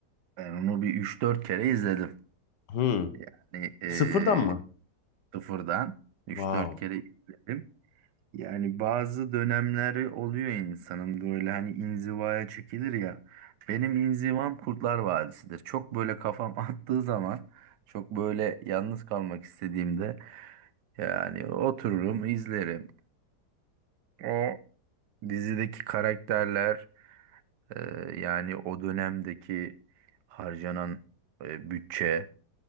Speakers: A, on the right; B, on the left.
A: Ben onu bir üç dört kere izledim.
B: Hmm.
A: Yani eee,
B: Sıfırdan mı?
A: Sıfırdan 3-4
B: Wow.
A: kere izledim. Yani bazı dönemleri oluyor insanın böyle hani inzivaya çekilir ya. Benim inzivam Kurtlar Vadisi'dir. Çok böyle kafam <laughs> attığı zaman, çok böyle yalnız kalmak istediğimde yani otururum, izlerim. O dizideki karakterler, e, yani o dönemdeki harcanan e, bütçe,